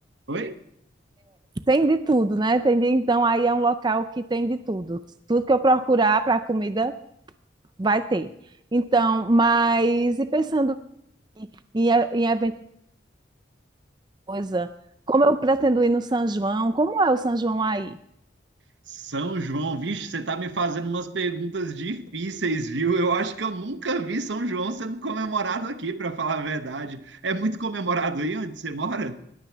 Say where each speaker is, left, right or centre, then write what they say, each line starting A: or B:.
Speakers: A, on the right; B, on the right.
A: Oi?
B: Tem de tudo, né? Tem de, então aí é um local que tem de tudo. Tudo que eu procurar para comida vai ter. Então, mas e pensando em, e- em evento coisa, como eu pretendo ir no São João, como é o São João aí?
A: São João, vixe, você tá me fazendo umas perguntas difíceis, viu? Eu acho que eu nunca vi São João sendo comemorado aqui, para falar a verdade. É muito comemorado aí onde você mora?